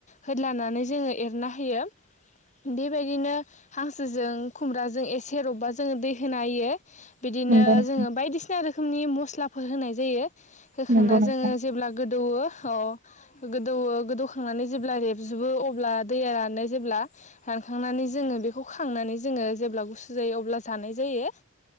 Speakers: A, on the left; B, on the right.
A: होद्लानानै जोङो एरना होयो बेबायदिनो हांसोजों खुमब्राजों एसे रबबा जोङो दै होना होयो। बिदिनो
B: नंगौ नोंथां
A: जोङो बायदिसिना रो रोखोमनि मस्लाफोर होनाय जायो। होखांना
B: नंगौ नोंथां
A: जोङो जेब्ला गो गोदौवो अह गोदौवो गोदौखांनानै जेब्ला रेबजोबो अब्ला दैया रानो जेब्ला रानखांनानै जोङो बेखौ खांनानै जोङो जेब्ला गुसु जायो अब्ला जानाय जायो।